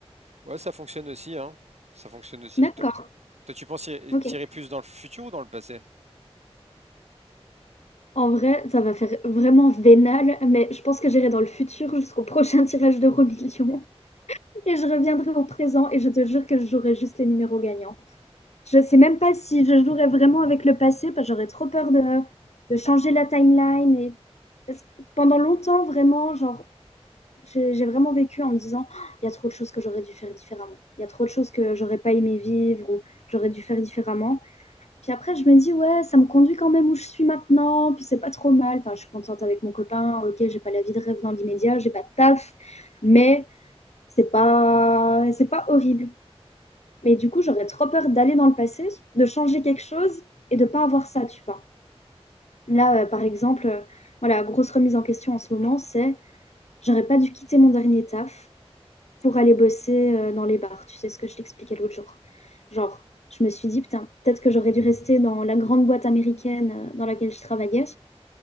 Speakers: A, on the right; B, on the left.
A: ouais, ça fonctionne aussi, hein. Ça fonctionne aussi.
B: d'accord,
A: Toi, toi, tu penses y-
B: ok.
A: tirer plus dans le futur ou dans le passé?
B: En vrai, ça va faire vraiment vénal, mais je pense que j'irai dans le futur jusqu'au prochain tirage d'Euro Million. Et je reviendrai au présent et je te jure que je jouerai juste les numéros gagnants. Je sais même pas si je jouerai vraiment avec le passé, parce que j'aurais trop peur de, de changer la timeline. Et... parce que pendant longtemps, vraiment, genre, j'ai j'ai vraiment vécu en me disant, Oh, il y a trop de choses que j'aurais dû faire différemment. Il y a trop de choses que j'aurais pas aimé vivre ou que j'aurais dû faire différemment. Puis après, je me dis, ouais, ça me conduit quand même où je suis maintenant, puis c'est pas trop mal. Enfin, je suis contente avec mon copain, ok, j'ai pas la vie de rêve dans l'immédiat, j'ai pas de taf, mais c'est pas, c'est pas horrible. Mais du coup, j'aurais trop peur d'aller dans le passé, de changer quelque chose et de pas avoir ça, tu vois. Là, euh, par exemple, euh, voilà, grosse remise en question en ce moment, c'est j'aurais pas dû quitter mon dernier taf pour aller bosser euh, dans les bars. Tu sais ce que je t'expliquais l'autre jour. Genre, je me suis dit, putain, peut-être que j'aurais dû rester dans la grande boîte américaine euh, dans laquelle je travaillais